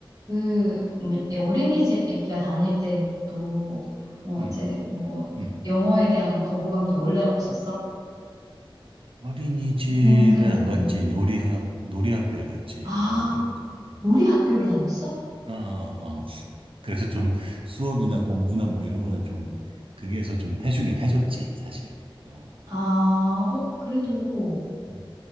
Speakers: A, on the right (about 45°); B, on the right (about 75°).
A: 그, 뭐, 이 어린이집 아기가 다닐 때 또, 뭐,
B: 음.
A: 이제, 뭐,
B: 음.
A: 영어에 대한 거부감도 원래 없었어?
B: 어린이집에
A: 은- 은근한,
B: 안 갔지
A: 응.
B: 놀이학 놀이학교에 갔지.
A: 아,
B: 어 그래가지고 좀
A: 놀이 학교를 다녔어?
B: 어, 어, 어. 그래서 좀 수업이나 공부나 뭐 이런 거는 좀 거기에서 좀 해주긴 해줬지 사실. 어.
A: 아, 어, 그래도,
B: 음, 음,